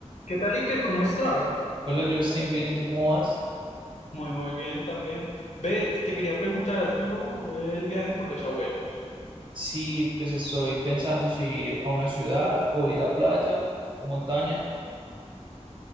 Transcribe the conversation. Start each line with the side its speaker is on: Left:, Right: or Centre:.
Left: ¿Qué tal, Iker? ¿Cómo estás?
Right: Hola Justin, bien, ¿y tú cómo vas?
Left: Muy, muy bien también. Ve, te quería preguntar, al fin vamos a hacer el viaje con los abuelos.
Right: Sí, pues estoy pensando si ir a una ciudad o ir a playa o montaña.